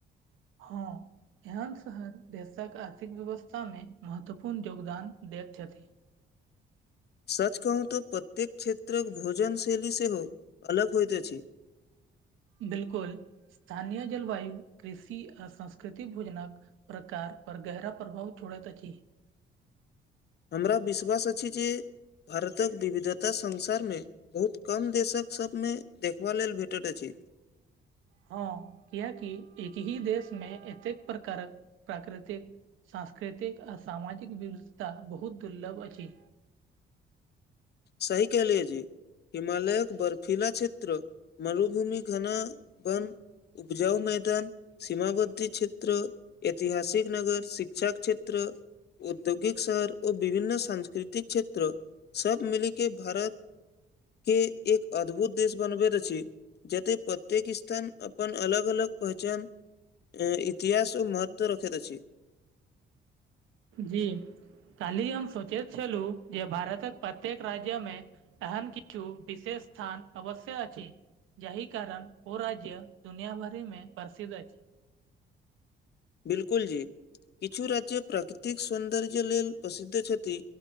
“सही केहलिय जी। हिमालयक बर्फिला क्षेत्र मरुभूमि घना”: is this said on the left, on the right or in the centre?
Left